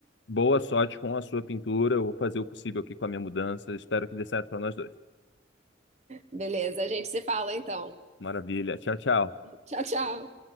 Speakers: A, on the left (about 75°); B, on the right (about 35°).
A: boa sorte com a sua pintura. Eu vou fazer o possível aqui com a minha mudança. Espero que dê certo para nós dois.
B: Beleza, a gente se fala então.
A: Maravilha. Tchau, tchau.
B: Tchau, tchau.